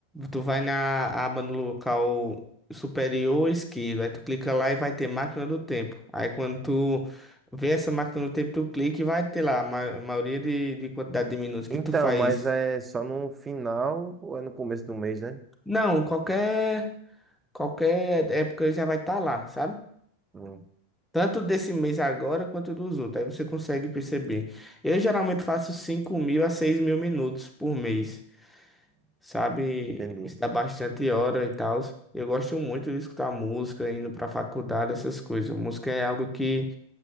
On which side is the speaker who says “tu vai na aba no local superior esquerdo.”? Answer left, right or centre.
Centre